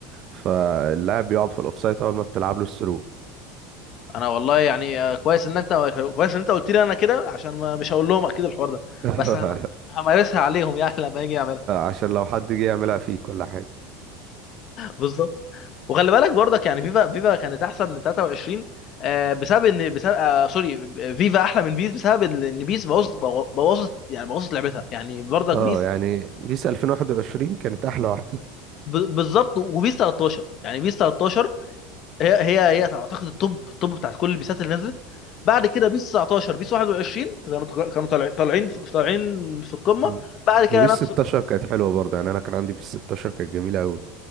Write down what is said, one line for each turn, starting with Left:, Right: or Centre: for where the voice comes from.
Right: فاللاعب يقعد في الاوفسايد اول ما بتلعب له الثرو
Left: انا والله يعني آه، كويس ان انت كويس ان انت قلت لي انا كده عشان ما مش هقول لهم اكيد الحوار ده
Right: <laughs>
Left: بس هم... همارسها عليهم يعني لما اجي اعملها
Right: عشان لو حد جه يعملها فيك ولا حاجه
Left: بالظبط وخلي بالك برضك يعني فيفا فيفا كانت احسن من 23 آه، بسبب ان بسبب آه سوري فيفا احلى من بيس بسبب ان إن بيس بوظت بوظت يعني بوظت لعبتها يعني برضك
Right: اه
Left: بيس
Right: يعني بيس 2021 كانت احلى واحده
Left: ب- بالظبط وبيس 13 يعني بيس 13 هي هي هي اعتقد التوب التوب بتاعت كل البيسات اللي نزلت بعد كده بيس 19 بيس 21 كانوا كانوا طالع- طالعين في- طالعين في القمه
Right: مم.
Left: بعد كده
Right: وبيس
Left: نفس
Right: 16 كانت حلوة برضه يعني أنا كان عندي بيس 16 كانت جميلة أوي